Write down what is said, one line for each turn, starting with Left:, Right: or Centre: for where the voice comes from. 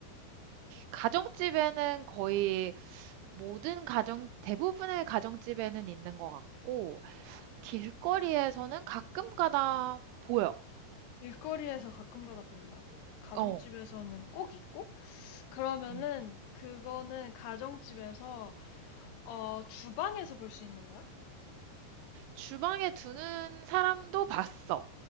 Right: 가정집에는 거의 모든 가정, 대부분의 가정집에는 있는 것 같고, 길거리에서는 가끔 가다 보여.
Left: 길거리에서 가끔 가다 보인다고? 가정집에서는
Right: 어,
Left: 꼭 있고? 그러면은
Right: 음.
Left: 그거는 가정집에서 어, 주방에서 볼 수 있는 거야?
Right: 주방에 두는 사람도 봤어.